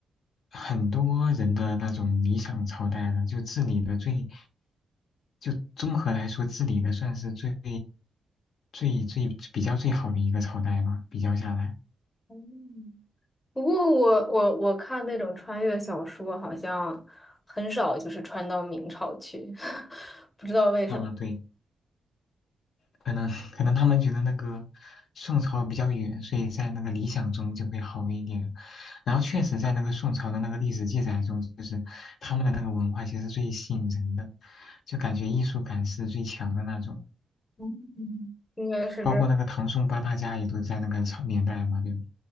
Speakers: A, on the left (about 70°); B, on the left (about 20°).
A: 很多人的那种理想朝代了，就治理的最，就综合来说，治理的算是最最最比较最好的一个朝代吧。比较下来，
B: 嗯，不过我我我看那种穿越小说，好像很少就是穿到明朝去，<laughs> 不知道为什么，
A: 啊，对，可能可能他们觉得那个宋朝比较远，所以在那个理想中就会好一点。然后确实，在那个宋朝的那个历史记载中，就是他们的那个文化其实最吸引人的，就感觉艺术感是最强的那种。
B: 嗯，应该是这。
A: 包括那个唐宋八大家也都在那个朝年代嘛，对吧？